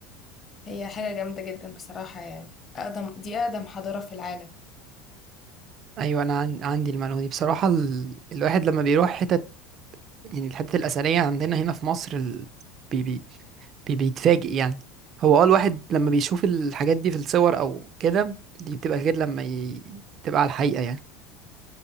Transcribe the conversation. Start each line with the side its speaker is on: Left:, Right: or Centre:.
Left: هي حاجة جامدة جدا بصراحة يعني أقدم دي أقدم حضارة في العالم
Right: أيوة أنا عن- عندي المعلومة دي بصراحة ال... الواحد لما بيروح حتت يعني الحتت الأثرية عندنا هنا في مصر ال... بي... بي... بي... بيتفاجئ يعني هو اه الواحد لما بيشوف الحاجات دي في الصور أو كده دي بتبقى غير لما ي... تبقى على الحقيقة يعني